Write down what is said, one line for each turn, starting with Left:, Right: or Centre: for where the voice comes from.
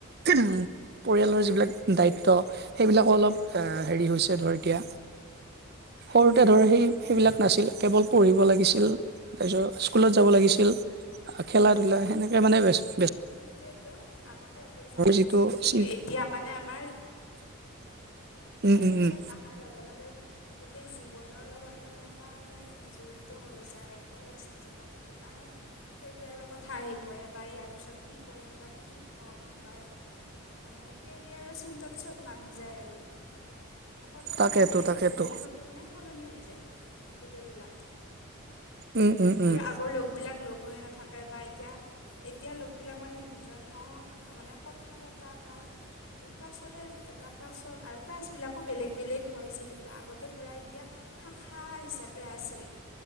Right: কিটো? পৰিয়ালৰ যিবিলাক দায়িত্ব সেইবিলাকো অলপ
Left: উম
Right: হেৰি হৈছে ধৰ এতিয়া সৰুতে ধৰ সেই সেইবিলাক নাছিল কেৱল পঢ়িব লাগিছিল। তাৰপিছত স্কুলত যাব
Left: উম
Right: লাগিছিল, খেলা - ধলা সেনেকে মানে বেছ বেছ
Left: সেইটোয়েতো আগতে একোৱে জানা
Right: যিটো
Left: নাছিলো কিন্তু
Right: চিন্তা
Left: এতিয়া মানে আমাৰ
Right: <unintelligible> উম
Left: কলেজত
Right: উম উম
Left: আহাৰ লগে লগে গোটেই জীৱনৰ লগত মানে এটা মানে জড়িত হৈ যায়, কলেজ জীৱনটো কাৰণ কেৰিয়াৰৰ কথা আহি পৰে বা ইয়াৰ পিছত কি কৰিম বা কি হ'ম বা তাৰ মানে কেৰিয়াৰৰ চিন্তাত চব নামি যায় আৰু সকলোৰে
Right: তাকেতো
Left: মানে
Right: তাকেতো
Left: নিমিষত তে মানে সলনি হৈ যায় গোটেইবিলাক
Right: উম উম উম
Left: আৰু আগৰ লগবিলাক লগ হৈ নাথাকে বা এতিয়া এতিয়া লোকবিলাক মানে দুজন অ মানে কথা বতা বা ক্লাছতে এটা ক্লাছত আৰু কাচবিলাকো বেলেগ বেলেগ হয় যিহেতু আগতে ধৰা এতিয়া শাখা হিচাপে আছিল